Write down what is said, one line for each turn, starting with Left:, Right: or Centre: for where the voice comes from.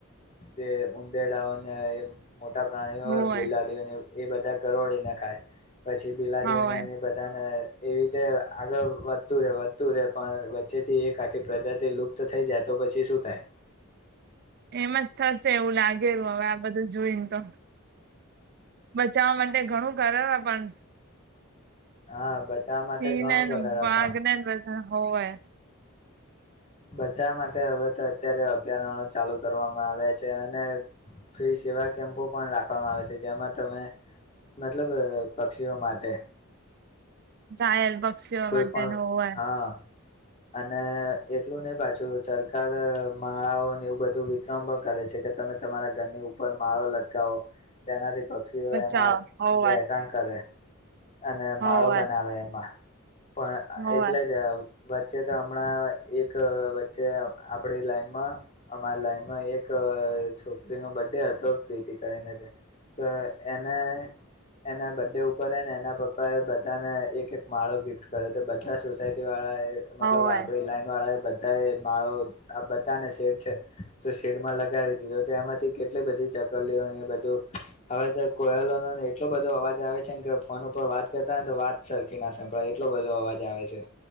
Left: જે ઉદેડાંઓને એ મોટા પ્રાણીઓ
Right: હોવે
Left: બિલાડીઓને એ બધા ઘરોળીને ખાય પછી બિલાડીયોને
Right: હોવે
Left: એ બધાને એવી રીતે આગળ વધતું રે વધતું રે પણ વચ્ચે થી એક આખી પ્રજાથી લુપ્ત થઈ જાય, તો પછી શું થાય.
Right: એમાંજ થશે એવું લાગેું હવે આ બધું જોઈને તો બચાવવા માટે ઘણું કરે પણ
Left: હા બચાવવા માટે
Right: સિંહ
Left: ઘણું
Right: ના
Left: કરાર
Right: વાઘને
Left: પણ
Right: બધા હોય.
Left: બધા માટે હવે તો અત્યારે અભયારણ ચાલુ કરવામાં આવ્યા છે અને ફ્રી સેવા કેમ્પો પણ રાખવામાં આવે છે. જેમાં તમે મતલબ પક્ષીઓ માટે.
Right: ઘાયલ પક્ષીઓ
Left: કોઈ
Right: માટેનો
Left: પણ
Right: હોય.
Left: હા અને એટલું નહી પાછું સરકાર માળાઓને એવું બધું વિતરણ પણ કરે છે. કે તમે તમારા ઘરની ઉપર માળો લટકાવો તેનાથી પક્ષીઓ
Right: બચાવ
Left: એમાં
Right: હોવે
Left: રહેઠાણ કરે અને
Right: હોવે
Left: માળો બનાવે એમાં. પણ
Right: હોવે
Left: એટલે જ અ વચ્ચે તો હમણાં એક વચ્ચે આપડી લાઈનમાં અમારી લાઈનમાં એક છોકરીનો બડે હતો કીતી કરીને છે તો એને એના બડે ઉપર ને એના પપ્પા એ બધાને એક એક માળો ગિફ્ટ કર્યો તો બધા સોસાયટી વાળા એ મતલબ
Right: હોવે
Left: આપડી લાઈન વાળા એ બ માળો આ બધાને શેડ છે. તો શેડમાં લગાવી દીધું એમાંથી કેટલી બધી એ બધું હવે તો કોયેલોનો એટલો બધો અવાજ આવે છેને કે ફોન ઉપર વાત કરતા તો વાત સરખી ના સંભળાય એટલો બધો અવાજ આવે છે.